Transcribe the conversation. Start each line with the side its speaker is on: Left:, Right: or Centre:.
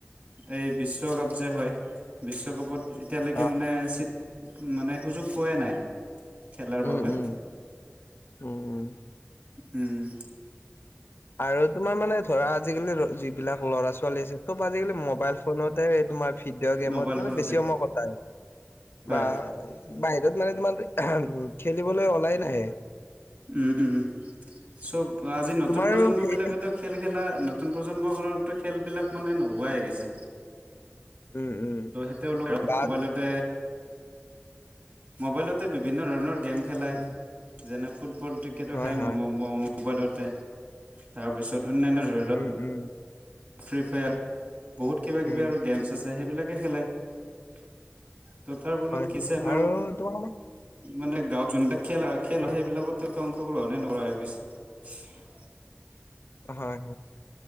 Right: এই বিশ্বকাপ যে হয় বিশ্বকাপত এতিয়ালৈকে
Left: অ
Right: মানে চিট মানে সুযোগ পোৱাই নাই, খেলাৰ বাবে।
Left: উম উম উম উম
Right: উম
Left: আৰু তোমাৰ মানে ধৰা আজিকালি যিবিলাক ল'ৰা ছোৱালী আছে চ'ব আজিকালি মোবাইল ফোনতে তোমাৰ ভিডিঅ' গেমত
Right: মোবাইল
Left: মানে
Right: ফোনতে
Left: বেছি সময় কটাই আৰু
Right: হয়
Left: বা বাহিৰত মানে তোমাৰ খেলিবলৈ ওলাই নাহে।
Right: উম উম, চ'ব আজি নতুন
Left: তোমাৰো
Right: প্ৰজন্ম
Left: সেই
Right: বিলাকেতো খেল খেলা নতুন প্ৰজন্মৰ কাৰণতো খেলবলাক মানে নোহোৱাই হৈ গেছে।
Left: উম উম।
Right: তো সেই তেওঁলোকে
Left: বা
Right: মোবাইলতে মোবাইলতে বিভিন্ন ধৰণৰ গেম খেলাই,
Left: উম,
Right: যেনে ফুটবল ক্ৰিকেটো
Left: হয়
Right: খেলাই
Left: হয়
Right: ম ম বাইলতে তাৰপিছত অন্যান্য ধৰি লোৱা
Left: উম উম
Right: ফ্ৰী ফায়াৰ। বহুত কিবা কিবি
Left: উম
Right: আৰু গেমছ আছে সেইবিলাকে খেলে। ত' তাৰ ফলত
Left: হয় হয়।
Right: হৈছে আমাৰ
Left: আৰু তোমাৰ মানে
Right: মানে গাঁৱত যোনবিলাক খেল হয় খেল
Left: উম,
Right: সেইবিলাকতে অংশ গ্ৰহণে নকৰা হৈ গৈছে।
Left: হয়